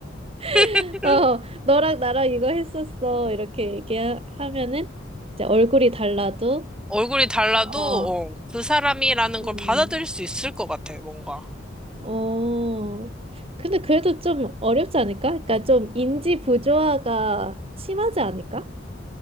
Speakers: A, on the right; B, in the centre.
A: <laughs>
B: <laughs>
A: 어, 너랑 나랑 이거 했었어. 이렇게 얘기하면은 이제 얼굴이 달라도,
B: 얼굴이 달라도,
A: 어,
B: 어, 그 사람이라는
A: 음,
B: 걸 받아들일 수 있을 것 같아, 뭔가.
A: 어. 근데 그래도 좀 어렵지 않을까? 그러니까 좀 인지 부조화가 심하지 않을까?